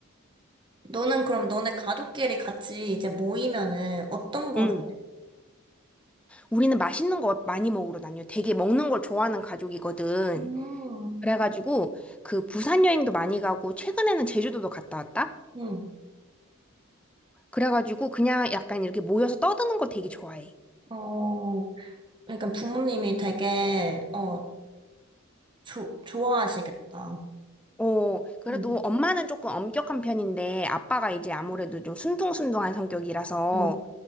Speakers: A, on the right; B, in the centre.
A: 너는 그럼 너네 가족끼리 같이 이제 모이면은 어떤 거를,
B: 응. 우리는 맛있는 거 많이 먹으러 다녀. 되게 먹는 걸 좋아하는 가족이거든.
A: 음,
B: 그래가지고 그 부산 여행도 많이 가고 최근에는 제주도도 갔다 왔다.
A: 응,
B: 그래가지고 그냥 약간 이렇게 모여서 떠드는 거 되게 좋아해.
A: 어, 그러니까 부모님이 되게, 어, 조, 좋아하시겠다.
B: 어, 그래도
A: 응,
B: 엄마는 조금 엄격한 편인데 아빠가 이제 아무래도 좀 순둥순둥한 성격이라서
A: 응.